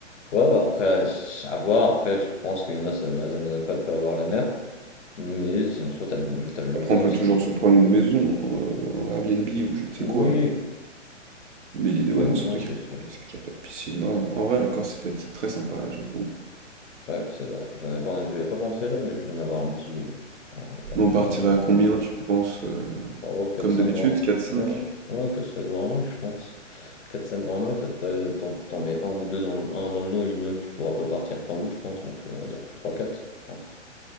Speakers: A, on the left (about 70°); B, on the right (about 70°).
A: Ouais, bah après, à voir, après, je pense qu'il y en a, ça les amuserait pas de pas avoir la mer, mais si en soi t'as le, t'as le logement
B: Après, on peut
A: aussi
B: toujours
A: qui est.
B: se prendre une maison, euh, un Airbnb ou je ne sais
A: Oui,
B: quoi. Mais l'idée,
A: oui,
B: ouais, non, surtout
A: non,
B: qu'il
A: c'est
B: n'y a,
A: sûr.
B: c'est vrai qu'il y a pas de piscine. Non, en vrai, la Corse, ça peut être très sympa, j'avoue.
A: Ouais, c'est vrai. J'en ai pas, je avais pas pensé là, mais je viens d'avoir un petit, un petit- un éclair
B: Nous,
A: de
B: on
A: génie,
B: partirait
A: non.
B: à combien, tu penses euh,
A: Oh, quatre
B: Comme
A: cinq
B: d'habitude,
A: grands.
B: quatre cinq
A: Ouais, ouais, quatre cinq grands max, je pense. quatre cinq grands max, après, t'en, t'en mets un ou deux dans le, un dans le lot au minimum qui pourra pas partir fin août, je pense. Donc, euh, on va dire trois quatre je pense.